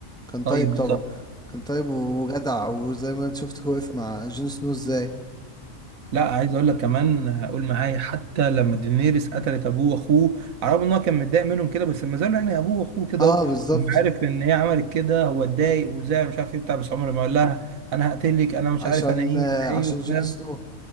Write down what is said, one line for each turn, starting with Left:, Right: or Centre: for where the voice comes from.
Centre: كان
Right: طيب
Centre: طيب
Right: بالظبط
Centre: طبعا كان طيب وجدع وزي ما انت شفت هو واقف مع جون سنو ازاي
Right: لا عايز اقول لك كمان قول معايا حتى لما دينيريس قتلت ابوه واخوه على الرغم ان هو كان متضايق منهم كده بس ما زالوا يعني ابوه واخوه كده
Centre: اه
Right: أهو.
Centre: بالظبط
Right: لما عارف ان هي عملت كده هو اتضايق وزعل مش عارف ايه بتاع بس عمره ما قال لها انا هقتلك انا مش
Centre: عشان
Right: عارف انا ايه
Centre: آه،
Right: انا
Centre: عشان
Right: ايه بتاع
Centre: جون سنو